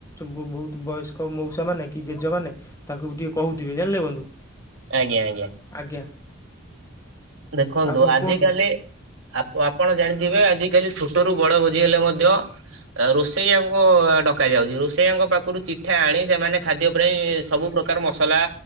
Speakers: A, on the left (about 15°); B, on the right (about 75°).
A: ବହୁତ ବୟସ୍କ ମଉସା ମାନ କି ଜେଜେମାନେ ତାଙ୍କୁ ବି ଟିକେ କହୁଥିବେ ଜାଣିଲେ ବନ୍ଧୁ?
B: ଆଜ୍ଞା ଆଜ୍ଞା
A: ଆଜ୍ଞା
B: ଦେଖନ୍ତୁ
A: ଆଉ କଣ
B: ଆଜି
A: କୁହନ୍ତୁ
B: କାଲି ଆ ଆପଣ ଜାଣିଥିବେ ଆଜିିକାଲି ଛୋଟ ରୁ ବଡଭୋଜି ହେଲେ ମଧ୍ୟ ଆଉ ରୋଷେଇଆଙ୍କୁ ଡକା ଯାଉଛି। ରୋଷେଇଆଙ୍କ ପାଖରୁ ଚିଠା ଆଣି ସେମାନେ ଖାଦ୍ୟ ପାଇଁ ସବୁ ପ୍ରକାର ମସଲା